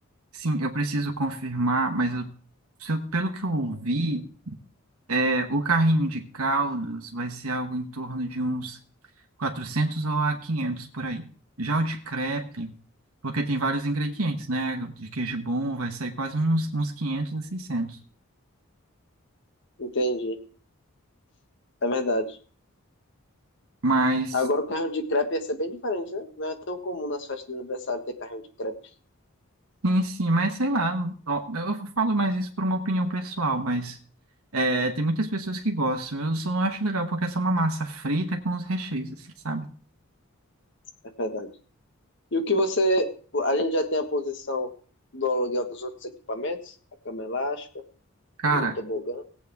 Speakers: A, on the right; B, on the left.
A: Sim, eu preciso confirmar, mas eu, se eu- pelo que eu ouvi, é, o carrinho de caldos vai ser algo em torno de uns 400 ou a 500 por aí. Já o de crepe, porque tem vários ingredientes, né? De queijo bom vai sair quase uns, uns 500 a seiscentos
B: Entendi, é verdade.
A: Mas,
B: Agora o carrinho de crepe ia ser bem diferente, né? Não é tão comum nas festas de aniversário ter carrinho de crepe,
A: sim, sim, mas sei lá. ó, Eu falo mais isso por uma opinião pessoal, mas é, tem muitas pessoas que gostam. Eu só não acho legal porque essa é uma massa frita é com os recheios, assim, sabe?
B: é verdade. E o que você. A gente já tem a posição do aluguel dos outros equipamentos, a cama elástica,
A: Cara,
B: o tobogã.